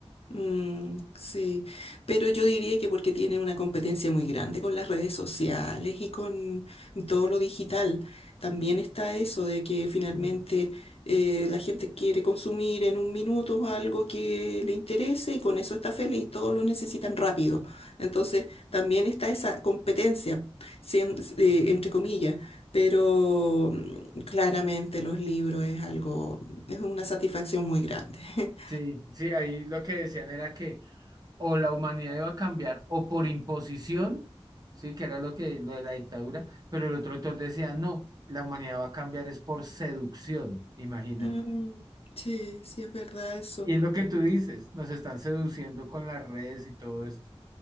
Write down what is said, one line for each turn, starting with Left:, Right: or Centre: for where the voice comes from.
Left: Mm, sí, pero yo diría que porque tiene una competencia muy grande con las redes sociales y con todo lo digital, también está eso de que finalmente
Right: Mm,
Left: eh, la gente quiere consumir en un minuto algo que le interese y con eso está feliz, todos lo necesitan rápido. Entonces, también está esa competencia, sien-
Right: mm.
Left: eh, entre comillas, pero mm, claramente los libros es algo, es una satisfacción muy grande. <laughs>
Right: Sí, sí, ahí lo que decían era que o la humanidad iba a cambiar o por imposición, sí, que era lo que lo de la dictadura, pero el otro autor decía, no, la humanidad va a cambiar es por seducción, imagínate.
Left: Mm, sí, sí es verdad eso.
Right: Y es lo que tú dices, nos están seduciendo con las redes y todo esto.